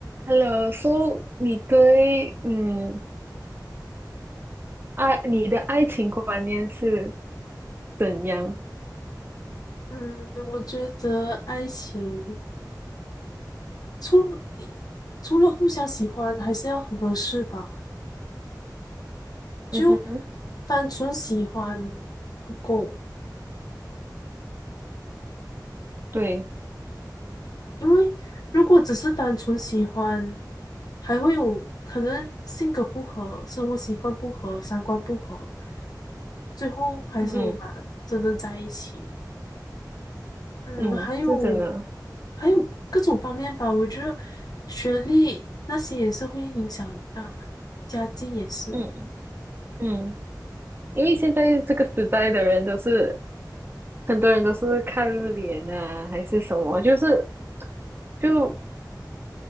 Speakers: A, on the right; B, on the left.
A: Hello，so 你对嗯爱你的爱情观念是怎样？
B: 嗯，我觉得爱情除了除了互相喜欢，还是要合适吧。就
A: 嗯哼，
B: 单纯喜欢不够，
A: 对，
B: 因为如果只是单纯喜欢，还会有可能性格不合、生活习惯不合、三观不合，最后还是无法真正在一起。
A: 嗯
B: 嗯，
A: 嗯，
B: 还有
A: 是真的，
B: 还有各种方面吧，我觉得学历那些也是会影响很大，家境也是。
A: 嗯嗯，因为现在这个时代的人都是很多人都是看脸啊，还是什么，就是就